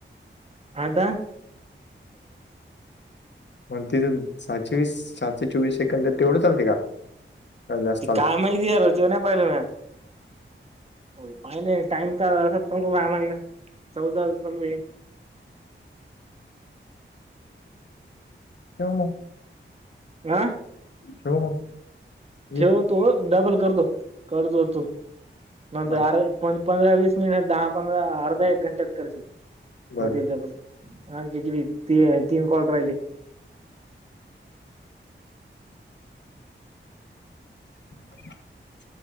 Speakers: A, on the right; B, on the left.
A: आता <inaudible>
B: मग तिथं सातशे वीस, सातशे चोवीस सेकंद तेवढंच आलते का? जास्त
A: ती
B: चालते
A: काय माहिती यार, जेवण्या पाहिलं म्या. हो पाहिलं टाईम तर असच चालू राहिलागला, चौदाच चालू आहे.
B: ठेव मग.
A: हा
B: शेव मग ये
A: ठेवतो डबल करतो करतो तो नंतर
B: बर
A: आर पण पंधरा वीस मिनिट दहा पंधरा अर्धा एक घंट्यात कर शक
B: बर
A: होतील
B: बर
A: आपण ह जी बी त तीन कॉलट राहिली
B: <unintelligible>